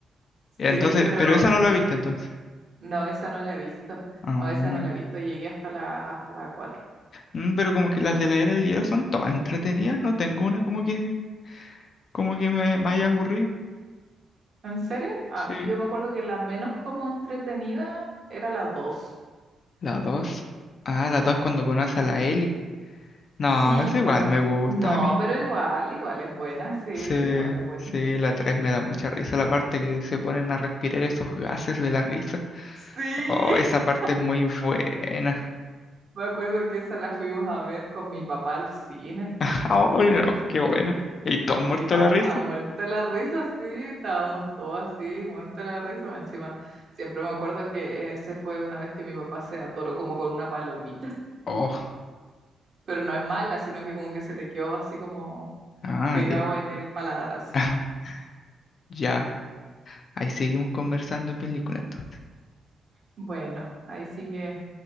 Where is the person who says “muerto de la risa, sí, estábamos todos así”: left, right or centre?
Right